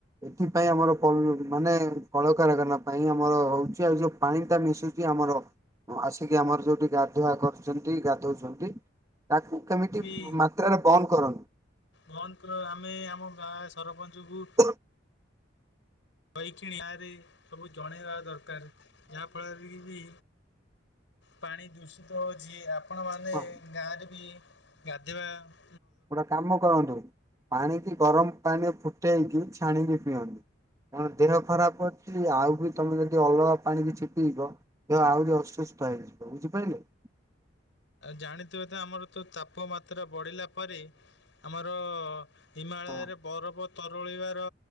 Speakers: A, on the right; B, on the left.
A: ଏଥିପାଇଁ ଆମର ପଲ୍ ମାନେ କଳକାରଖାନା ପାଇଁ ଆମର ହଉଛି ଆଉ ଯୋଉ ପାଣିଟା ମିଶୁଛି ଆମର ଆସିକି ଆମର ଯୋଉଠି ଗାଧୁଆ କରୁଛନ୍ତି ଗାଧଉଛନ୍ତି ତାକୁ କେମିତି
B: ହୁଁ
A: ମାତ୍ରାରେ ବନ୍ଦ କରନ୍ତୁ
B: ବନ୍ଦ ଆମେ ଆମ ଗାଁ ସରପଞ୍ଚକୁ
A: ହଁ
B: କହିକିଣିଆରେ ସବୁ ଜଣେଇବା ଦରକାର ଯାହାଫଳରେ କିବି ପାଣି ଦୂଷିତ ହଉଛି ଆପଣ ମାନେ
A: ହଁ
B: ଗାଁରେ ବି ଗାଧଇବା- -
A: ଗୋଟେ କାମ କରନ୍ତୁ ପାଣିକି ଗରମ ପାଣିରେ ଫୁଟେଇକି ଛାଣିକି ପିଅନ୍ତୁ। କଣ ଦେହ ଖରାପ ଅଛି ଆଉ ବି ତମେ ଯଦି ଅଲଗା ପାଣି ବି କିଛି ପିଇବ। ଦେହ ଆହୁରି ଅସୁସ୍ଥ ହେଇଯିବ ବୁଝିପାରିଲେ।
B: ଜାଣିଥିବେ ତ ଆମର ତ ତାପମାତ୍ରା ବଢିଲା ପରେ ଆମର -- ହିମାଳୟରେ
A: ହଁ।
B: ବରଫ ତରଳିବାର